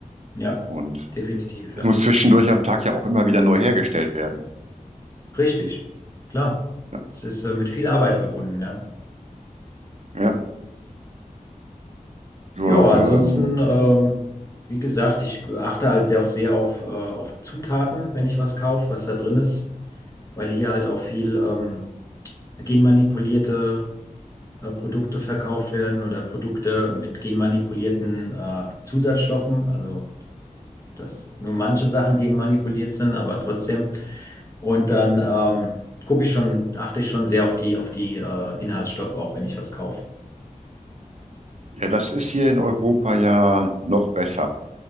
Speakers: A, on the left; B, on the right.
A: Ja,
B: Und
A: definitiv,
B: es
A: ja.
B: muss zwischendurch am Tag ja auch immer wieder neu hergestellt werden.
A: Richtig, klar.
B: Ja,
A: Es ist äh, mit viel Arbeit verbunden, ja.
B: ja. So,
A: Ja,
B: ähm,
A: ansonsten, ähm, wie gesagt, ich achte halt sehr auch sehr auf, äh, auf Zutaten, wenn ich was kaufe, was da drin ist, weil hier halt auch viel ähm, genmanipulierte äh, Produkte verkauft werden oder Produkte mit genmanipulierten äh, Zusatzstoffen. Also, dass nur manche Sachen genmanipuliert sind, aber trotzdem. Und dann ähm, gucke ich schon, achte ich schon sehr auf die, auf die äh, Inhaltsstoffe, auch wenn ich was kaufe.
B: ja, das ist hier in Europa ja noch besser.